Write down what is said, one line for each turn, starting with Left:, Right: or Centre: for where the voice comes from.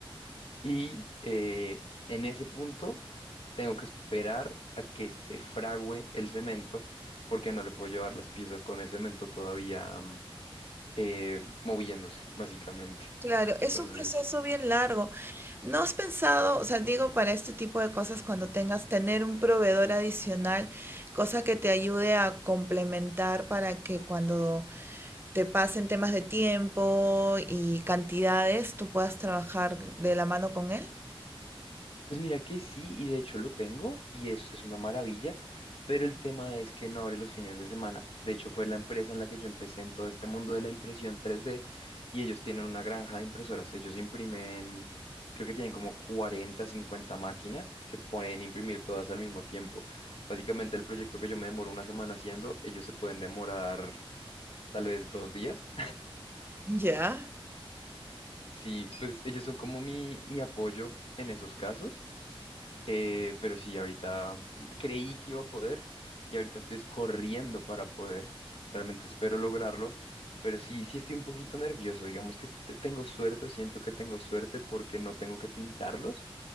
Left: y eh, en ese punto tengo que esperar a que se fragüe el cemento porque no le puedo llevar las piezas con el cemento todavía mm, eh, moviéndose, básicamente.
Right: Claro, es
Left: Entonces,
Right: un proceso bien largo. ¿No has pensado, o sea, digo, para este tipo de cosas, cuando tengas, tener un proveedor adicional, cosa que te ayude a complementar para que cuando te pasen temas de tiempo y cantidades, tú puedas trabajar de la mano con él?
Left: Pues mira que sí, y de hecho lo tengo y es, es una maravilla, pero el tema es que no abre los fines de semana. De hecho, fue la empresa en la que yo empecé en todo este mundo de la impresión tres d y ellos tienen una granja de impresoras. Ellos imprimen, creo que tienen como 40 50 máquinas que pueden imprimir todas al mismo tiempo. Básicamente el proyecto que yo me demoro una semana haciendo, ellos se pueden demorar tal vez dos días
Right: Ya.
Left: Sí, pues ellos son como mi, mi apoyo en esos casos. Eh, pero sí, ahorita creí que iba a poder y ahorita estoy es corriendo para poder. Realmente espero lograrlo, pero sí, sí estoy un poquito nervioso. Digamos que te- tengo suerte o siento que tengo suerte porque no tengo que pintarlos,